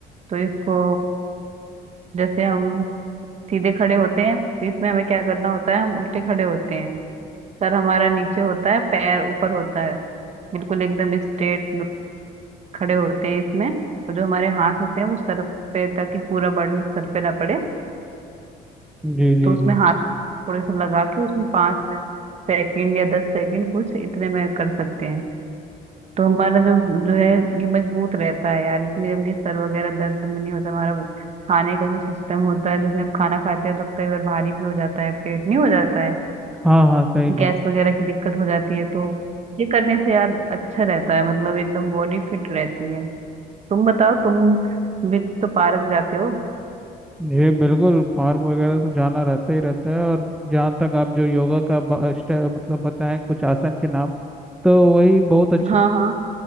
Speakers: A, on the right (about 40°); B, in the centre.
A: तो इसको जैसे हम सीधे खड़े होते हैं तो इसमें हमें क्या करना होता है हम उल्टे खड़े होते हैं सर हमारा नीचे होता है पैर ऊपर होता है बिल्कुल एकदम स्ट्रेट खड़े होते हैं इसमें और जो हमारे हाथ होते हैं वो सर पे ताकि पूरा बर्डन सर पे ना पड़े
B: जी जी
A: तो उसमें
B: जी
A: हाथ थोड़े से लगा के उसमें पाँच से- सेकंड या दस सेकंड कुछ इतने में कर सकते हैं तो हमारा जो जो है ये मजबूत रहता है यार इतनी जल्दी सर वगैरह दर्द में नहीं होता हमारा खाने का जो सिस्टम होता है जैसे हम खाना खाते हैं तो कई बार भारी भी हो जाता है पेट नहीं हो जाता है
B: हाँ हाँ सही बात
A: गैस वगैरह की दिक्कत हो जाती है तो ये करने से यार अच्छा रहता है मतलब एकदम बॉडी फिट रहती है तुम बताओ तुम भी तो पार्क जाते हो
B: जी बिल्कुल पार्क वगैरह तो जाना रहता ही रहता है और जहाँ तक आप जो योगा का ब- स्टे- मतलब बताएं कुछ आसन के नाम तो वही बहुत अच्छा
A: हाँ हाँ